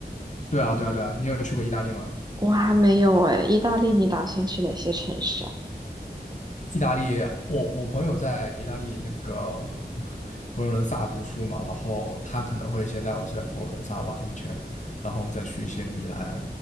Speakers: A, on the left (about 45°); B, on the right (about 25°).
A: 对啊对啊对啊，你有去过意大利吗？
B: 我还没有哎，意大利你打算去哪些城市啊？
A: 意大利，我我朋友在意大利那个佛罗伦萨读书嘛，然后他可能会先带我去佛罗伦萨玩一圈，然后再去一些米兰，